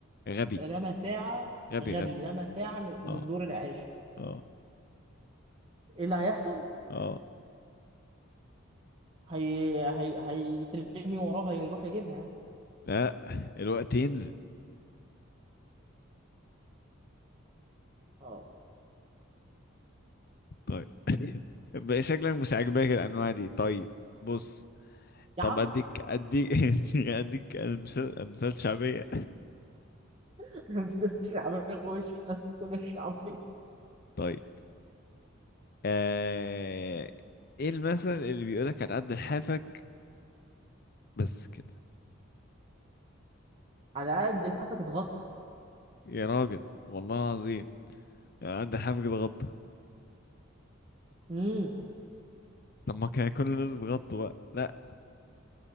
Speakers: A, on the left; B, on the right.
A: غبي
B: رمى ساعة
A: غبي
B: غبي
A: غبي
B: رمى ساعة م- من
A: اه
B: الدور العاشر
A: اه
B: ايه اللي هيحصل؟
A: اه
B: هي هي هيترمي وراه هيروح يجيبها يعني
A: لا الوقت ينزل
B: اه
A: طيب <laughs> بقى شكلك مش عاجباك الانواع دي طيب بص
B: يا
A: طب
B: عمرو
A: اديك اديك <laughs> اديك مثال مثال شعبية
B: <laughs> لمسنا الشعبية في وشي لمسنا الشعبية
A: طيب آه... ايه المثل اللي بيقولك على قد لحافك بس كده
B: على قد لحافك اتغطى
A: يا راجل والله العظيم على قد لحافك ده غطا
B: امم
A: طب ما كان كل الناس تغطوا بقى لا